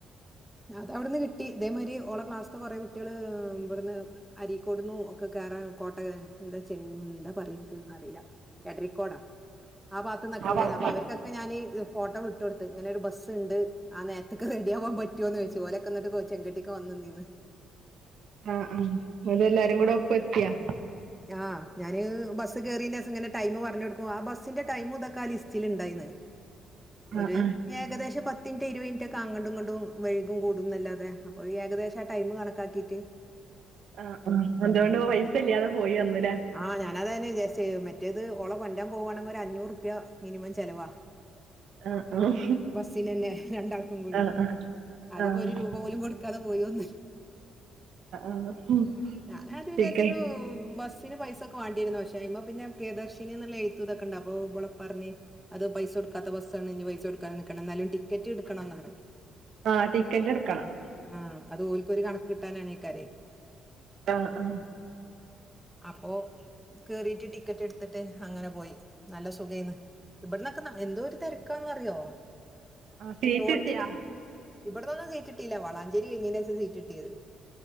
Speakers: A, in the centre; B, on the right (about 65°).
A: അതു അവിടുന്ന് കിട്ടി ഇതേമാതിരി ഓളോ ക്ലാസ്സിന്കുറെ കുട്ടികള് ഇവിടുന്ന് അരിക്കോടുന്നു ഒക്കെ കേയറാൻ കോട്ട എന്താ ചെ യ്ന്ന്എന്താ പറയുന്ന്എനിക്ക് അറിയില്ല എടരികോടാആ ഭാകത്ത്ന്ന് നിന്നൊക്കെ ഉണ്ടായിരുന്നു
B: ആഹ്
A: അപ്പൊ അവർക് ഓ ഒക്കെ ഞാനി ഫോട്ടോ വിട്ട് കൊടുത്ത് ഇങ്ങനെ ഒരു ബസ് ഉണ്ട് ആ നേരത്ത്ക്റെഡി ആവാൻ പറ്റും പറ്റോന്ന് ചോയിച്ചു ഓലെക്ക എന്നിട്ട്ചെകാട്ടിക്ക് വന്ന നീ നിന്നിനി.
B: ആഹ് ആ അതെല്ലാരും കൂടെ ഒപ്പം എത്തിയാ.
A: അ ആഹ് ഞാന് ബസ് കേയറിന്റെ ഇങ്ങനെ ടൈമപറഞ് കൊടുക്കും ആ ബസ്സിന്റെ ടൈം ഇതൊെ ആ ലിസ്റ്റിൽ ഉണ്ടായിരുന്നു.
B: ആഹ്
A: ഒരു
B: ആഹ്
A: ഏകദേശം പത്ത് മിനിറ്റ് ഇരുപത് മിനിറ്റ് ഒക്കെ അങ്ങണ്ടും ഇങ്ങണ്ടും വൈകും കൂടുന്നല്ലാതെ അപ്പൊ ഏകദേശം ആ ടൈം കണക്കാക്കിട്ട്
B: ആ ആഅതുകൊണ്ട് പൈസഇല്ലാതെ പോയി വന്നുല്ലോ.
A: ആഞാൻ അതന്നെ വിചാരിച്ച്മറ്റേത്ഓളെകൊണ്ടരാൻ പോകവാണെങ്കിൽ ഒരു അഞ്ഞൂറ് ഉറുപ്യ മിനിമം ചെലവാ.
B: ആഹ് ആഹ്
A: ബസിൽ ലനെ രണ്ടാൾക്കും കൂടി
B: ആഹ് ആഹ്
A: അത്
B: ആഹ്
A: ഇപ്പോ ഒരു രൂപ പോലും കൊടുക്കാതെ പോയി വന്ന്.
B: ആഹ് ആഹ്
A: ഞാൻ അത് വിചാരിച്ച്
B: ടിക്ക
A: തന്നെബസ് ബസിന് പൈസ ഒക്കെ വേണ്ടി വരുന്നു വച്ച്അതിമോ പിന്നെ പ്രിയദർശിനി എന്നുളള എഴുത്തതൊക്കെണ്ട അപ്പോ ഇവളെ ഉപ്പ പറഞ്. അത് പൈസ കൊടുക്കാത്ത ബസ്സണ് ഇനി പൈസ കൊടുക്കൻ നിക്കണം എന്നാലും ടിക്കറ്റ് എടുക്കണന്ന് പറഞ്ഞ്.
B: ആഹ് ടിക്കറ്റ് എടുക്കണം
A: ആഹ് അത് ഓൽക്ക് ഒരു കണക്ക് കിട്ടാനാൽക്കാരം
B: ആഹ ആഹ
A: അപ്പോ കെറിട്ട് ടിക്കറ്റ് എടുത്തിട്ട് അങ്ങനെ പോയി നല്ല സുഖ യിരുന്നു. ഇവിടന്നൊക്കെ എന്തോ ഒരു തിരക്കാന്ന്റിയോ
B: ആഹ് സീറ്റ്
A: റോട്ടീന്
B: കിട്ടിയാ
A: ഇവിടന്നൊന്നും സീറ്റിട്ടില്ല വളാഞ്ചോരി കഴിഞ്ഞതിന് ശേഷംസീറ്റ് കിട്ടിയത്